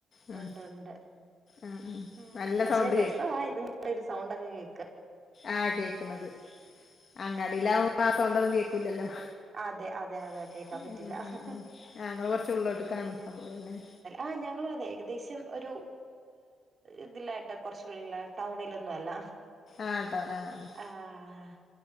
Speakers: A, on the left; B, on the right.
A: ഉം
B: ഉണ്ട് ഉണ്ട്
A: ഉം
B: ഉം
A: നല്ല
B: പക്ഷെ
A: സൗണ്ട്
B: രസവാ ഇതിങ്ങടെ ഒരു സൗണ്ട് ഒക്കെ കേക്കാൻ
A: ആഹ് കേക്ക്ണത് അങ്ങാടിലാവുമ്പൊ ആ സൗണ്ടൊന്നും കേക്കൂലല്ലോ
B: അതെ
A: അതെ
B: കേക്കാൻ
A: അതെ
B: പറ്റില്ല
A: ഉം ഉം ഉം ആഹ് ഞങ്ങള് കൊറച്ച് ഉള്ളോട്ട്ക്കാണ് അപ്പൊ പിന്നെ
B: ആഹ് ഞങ്ങളും അതെ ഏകദേശം ഒരു ഇതിലായി കൊർച്ച് <unintelligible> ടൗണിലൊന്നും അല്ല
A: ആഹ് ട്ടോ ആഹ് അതെ
B: ആഹ്